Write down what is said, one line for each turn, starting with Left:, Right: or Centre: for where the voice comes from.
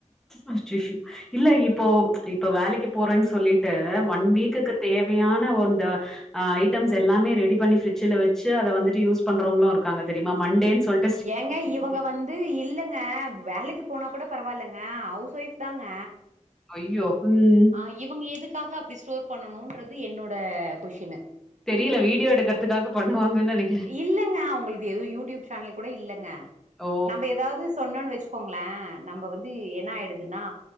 Centre: அச்சச்சோ இல்ல இப்போ இப்ப வேலைக்கு போறன் சொல்லீட்டு ஒன் வீக்குக்கு தேவையான வந்தவ அ ஐட்டம்ஸ் எல்லாமே ரெடி பண்ணி ஃபிரிட்ஜ்ல வச்சு அத வந்துட்டு யூஸ் பண்றவங்களு இருக்காங்க தெரிமா மண்டேன் சொல்
Right: ஏங்க இவுங்க வந் து இல்லங்க வேலைக்கு போனா கூட பரவாயில்லங்க ஹவுஸ் ஒய்ஃப் தாங்க
Centre: அய்யோ ம்
Right: அ இவுங்க எதுக்காக அப்டி ஸ்டோர் பண்ணணூன்றது என்னோட கொஷினு
Centre: தெரீல வீடியோ எடுக்கறதுக்காக பண்ணுவாங்கன் நெனை
Right: இல்லங்க அவுங்கள்து எதூ யூடியூப் சேனல் கூட இல்லங்க
Centre: ஓ
Right: நம்ப எதாவுது சொன்னோனு வச் கோங்ளே நம்ப வந்து என்ன ஆயிடுதுன்னா